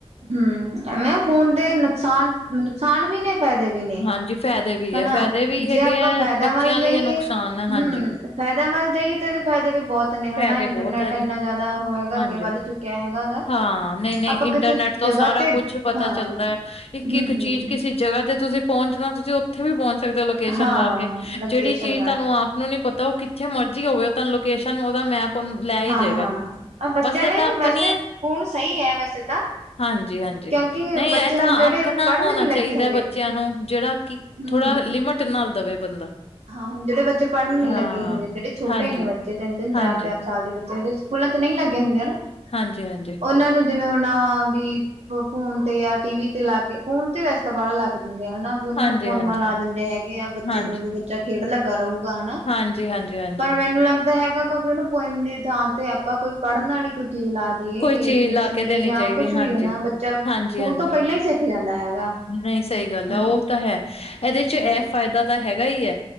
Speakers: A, on the right (about 80°); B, on the left (about 65°).
A: ਹਮ ਐਵੇਂ ਫੋਨ ਦੇ ਨੁਕਸਾਨ ਨੁਕਸਾਨ ਵੀ ਨੇ ਫੈਇਦੇ ਵੀ ਨੇ।
B: ਹਾਂਜੀ ਫਾਇਦੇ ਵੀ
A: ਹਨਾ
B: ਹੈ ਫਾਇਦੇ ਵੀ
A: ਜੇ
B: ਹੈਗੇ
A: ਆਪਾਂ
B: ਹੈ
A: ਫਾਇਦਾ
B: ਬੱਚਿਆਂ
A: ਵੱਲ ਜਾਈਏ
B: ਲਈ ਇਹ ਨੁਕਸਾਨ ਹੈ ਹਾਂਜੀ
A: ਹਮ ਫਾਇਦਾ ਵਲ ਜਾਈਏ ਤੇ ਇਹਦੇ ਫਾਇਦੇ ਵੀ ਬਹੁਤ ਨੇ ਹਨਾ
B: ਫਾਇਦੇ
A: ਇੰਟਰਨੈਟ
B: ਬਹੁਤ ਆ
A: ਇੰਨਾ
B: ਜੀ
A: ਜ਼ਿਆਦਾ ਉਹ ਹੈਗਾ
B: ਹਾਂਜੀ
A: ਅੱਗੇ ਵੱਧ ਚੁੱਕਿਆ ਹੈਗਾ ਗਾ।
B: ਹਾਂ ਨਹੀਂ ਨਹੀਂ
A: ਆਪਾਂ
B: ਇੰਟਰਨੈਟ
A: ਕਿਸੇ
B: ਤੋਂ
A: ਜਗ੍ਹਾ
B: ਸਾਰਾ
A: ਤੇ
B: ਕੁੱਛ ਪਤਾ
A: ਹਾਂ
B: ਚੱਲਦਾ ਹੈ ਇੱਕ
A: ਹੂੰ-ਹੂੰ
B: ਇੱਕ ਚੀਜ਼ ਕਿਸੇ ਜਗ੍ਹਾ ਤੇ ਤੁਸੀਂ ਪਹੁੰਚਣਾ ਤੁਸੀਂ ਉੱਥੇ ਵੀ ਪਹੁੰਚ ਸਕਦੇ ਹੋ ਲੋਕੇਸ਼ਨ
A: ਹਾਂ
B: ਲਾ ਕੇ
A: ਲੋਕੇਸ਼ਨ
B: ਜਿਹੜੀ ਚੀਜ਼
A: ਲਾ
B: ਤੁਹਾਨੂੰ
A: ਕੇ
B: ਆਪ ਨੂੰ ਨੀ ਪਤਾ ਉਹ ਕਿੱਥੇ ਜੇ ਮਰਜ਼ੀ ਹੋਵੇ ਤੁ ਲੋਕੇਸ਼ਨ ਉਹਦਾ ਮੈਪ ਲੈ ਹੀ
A: ਹਾਂ-ਹਾਂ
B: ਜਾਏਗਾ ਜੀ
A: ਬੱਚਿਆਂ
B: ਬਸ
A: ਲਈ
B: ਇਹ ਤਾਂ
A: ਵੀ
B: ਆਪਣੀ
A: ਵੈਸੇ ਫੋਨ ਸਹੀ ਹੈ ਵੈਸੇ ਤਾਂ
B: ਹਾਂਜੀ ਹਾਂਜੀ
A: ਕਿਉਂਕਿ
B: ਨਹੀਂ
A: ਬੱਚੇ
B: ਇਹ ਤਾਂ
A: ਹੁਣ ਜਿਹੜੇ
B: ਆਪਣਾ
A: ਪੜ੍ਹਨ
B: ਹੋਣਾ
A: ਨੀ ਲੱਗੇ
B: ਚਾਹੀਦਾ
A: ਹਜੇ
B: ਬੱਚਿਆਂ ਨੂੰ ਜਿਹੜਾ ਕਿ
A: ਹੂੰ
B: ਥੋੜਾ ਲਿਮਿਟ ਨਾਲ ਦਵੇ ਬੰਦਾ।
A: ਹਾਂ ਹੁਣ ਜਿਹੜੇ ਬੱਚੇ ਪੜ੍ਹਨ ਨੀ
B: ਹਾਂ,
A: ਲੱਗੇ ਹਜੇ ਜਿਹੜੇ ਛੋਟੇ
B: ਹਾਂਜੀ।
A: ਨੇ ਬੱਚੇ ਤਿੰਨ ਤਿੰਨ
B: ਹਾਂਜੀ,
A: ਚਾਰ ਚਾਰ ਸਾਲ ਦੇ ਬੱਚੇ ਦੇ ਪੂਲਾਂ ਚ ਨਹੀਂ ਲੱਗੇ ਹੁੰਦੇ ਨਾ
B: ਹਾਂਜੀ ਹਾਂਜੀ।
A: ਉਹਨਾਂ ਨੂੰ ਜਿਵੇਂ ਹੁਣ ਆ ਵੀ ਫੋਨ ਤੇ ਯਾ ਟੀ ਵੀ ਤੇ ਲਾ ਕੇ ਫੋਨ ਤੇ ਵੈਸ ਤਾਂ ਬਾਹਡਾ ਲਾ ਕੇ ਦਿੰਦੇ ਆ ਹਨਾ? ਵੀ ਉਹਨਾਂ
B: ਹਾਂਜੀ-ਹਾਂਜੀ,
A: ਨੂੰ ਪੋਇਮਾ ਲਾ ਦਿੰਦੇ ਹੈਗੇ ਆ ਬੱਚੇ
B: ਹਾਂਜੀ,
A: ਨੂੰ ਵੀ ਬੱਚਾ ਖੇਡ ਲੱਗਾ ਰਹੂਗਾ। ਹਨਾ
B: ਹਾਂਜੀ-ਹਾਂਜੀ, ਹਾਂਜੀ।
A: ਪਰ ਮੈਨੂੰ ਲੱਗਦਾ ਹੈਗਾ ਵੀ ਉਹਨੂੰ ਪੋਇਮ ਦੀ ਥਾਂ ਤੇ ਆਪਾਂ ਕੋਈ ਪੜ੍ਹਨ ਵਾਲੀ ਕੋਈ ਚੀਜ਼ ਲਾ ਜ ਏ
B: ਕੋਈ ਚੀਜ਼
A: ਬੀ
B: ਲਾ
A: ਸੀ
B: ਕੇ ਦੇਣੀ
A: ਜਾਂ
B: ਚਾਹੀਦੀ
A: ਕੁਛ
B: ਹਾਂਜੀ,
A: ਵੀ ਹਨਾ ਬੱਚਾ ਸਕੂਲ
B: ਹਾਂਜੀ, ਹਾਂਜੀ।
A: ਤੋਂ ਪਹਿਲਾਂ ਹੀ ਸਿੱਖ ਜਾਂਦਾ ਹੈਗਾ।
B: ਨਹੀਂ, ਸਈ ਗੱਲ
A: ਹਨਾ
B: ਐ। ਉਹ ਤਾਂ ਹੈ ਇਹਦੇ ਚ ਇਹ
A: ਹਾਂ
B: ਫਾਇਦਾ ਤਾਂ ਹੈਗਾ ਹੀ ਏ।